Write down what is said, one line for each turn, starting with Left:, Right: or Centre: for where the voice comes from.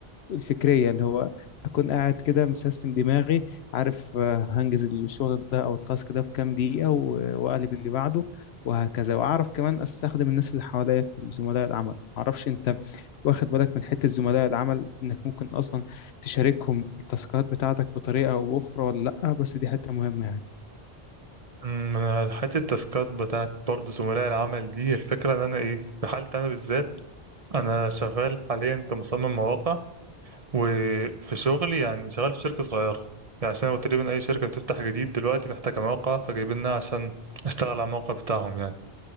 Left: الفكرية اللي هو أكون قاعد كده مسيستم دماغي عارف آه، هنجز الشغل ده أو التاسك ده في كام دقيقة و- وأقلب اللي بعده وهكذا وأعرف كمان أستخدم الناس اللي حواليا في زملاء العمل معرفش أنت واخد بالك من حتة زملاء العمل إنك ممكن أصلا تشاركهم التاسكات بتاعتك بطريقة أو أخرى ولا لأ بس دي حتة مهمة يعني
Right: أمم، انا حته التاسكات بتاعت برضه زملاء العمل دي الفكره ان انا ايه في حالتي انا بالذات انا شغال حاليا كمصمم مواقع وفي شغلي يعني شغال في شركه صغيره يعني عشان هو تقريبا اي شركه بتفتح جديد دلوقتي محتاجه موقع فجايبيننا عشان اشتغل على الموقع بتاعهم يعني